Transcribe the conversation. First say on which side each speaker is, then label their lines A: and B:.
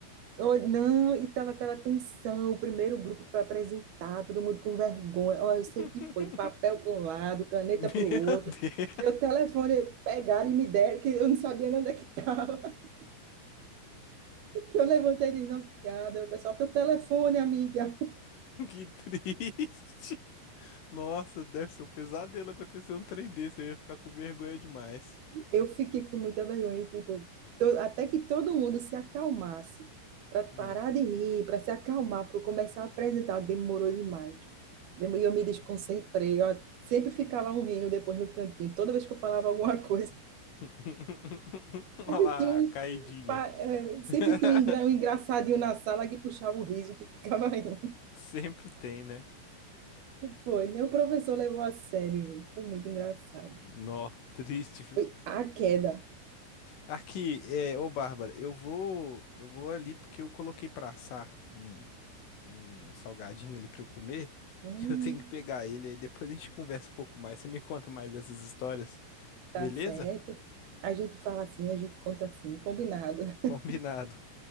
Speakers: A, on the right (about 60°); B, on the left (about 85°).
A: Oh, Não, e tava aquela tensão, o primeiro grupo para apresentar, todo mundo com vergonha. Oh, eu sei
B: <laughs>
A: que foi, papel para um lado, caneta
B: Meu
A: para o outro.
B: Deus,
A: Meu telefone pegaram e me deram, que eu não sabia nem onde é que estava. <laughs> Que eu levantei de noteada, o pessoal, teu telefone, amiga.
B: <laughs> que triste. Nossa, deve ser um pesadelo acontecer um trem desse. Eu ia ficar com vergonha demais.
A: Eu fiquei com muita vergonha, e, tipo, to- até que todo mundo se acalmasse, para parar
B: Hum.
A: de rir, para se acalmar, para começar a apresentar, demorou demais. Demo- E eu me desconcentrei, ó, sempre ficava um rindo depois no cantinho, toda vez que eu falava alguma <laughs> coisa,
B: <laughs> Olha
A: sempre
B: lá,
A: tinha um,
B: a caidinha.
A: pa- eh, sempre
B: <laughs>
A: tinha um engra- um engraçadinho na sala que puxava o riso, que <laughs> ficava rindo.
B: Sempre tem, né?
A: Foi, nem o professor levou a sério, velho. foi muito engraçado.
B: Nó, triste, viu?
A: Foi a queda.
B: Aqui, é, ô Bárbara, eu vou, eu vou ali porque eu coloquei pra assar um, um salgadinho ali pra eu comer. <laughs>
A: Hum.
B: Eu tenho que pegar ele aí, depois a gente conversa um pouco mais. Você me conta mais dessas histórias,
A: Tá
B: beleza?
A: certo. A gente fala assim, a gente conta assim, combinado. <laughs>
B: Combinado.